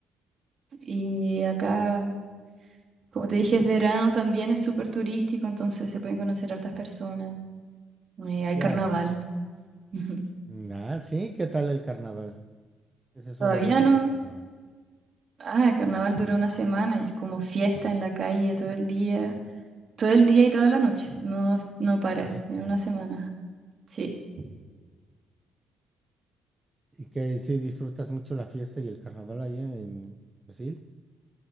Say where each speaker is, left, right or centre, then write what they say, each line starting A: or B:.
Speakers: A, on the right; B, on the right.
A: Y acá, como te dije, es verano, también es súper turístico, entonces se pueden conocer hartas personas. Eh, hay
B: Claro,
A: carnaval.
B: sí.
A: <laughs> Ujú.
B: Mm, Ah, sí, ¿qué tal el carnaval? ¿Qué se suele
A: Todavía
B: ver en
A: no.
B: el carnaval?
A: Ah, el carnaval dura una semana y es como fiesta en la calle todo el día. Todo el día y toda la noche. No, no para
B: Qué rico.
A: en una semana. Sí.
B: ¿Y que si disfrutas mucho la fiesta y el carnaval allá en Brasil?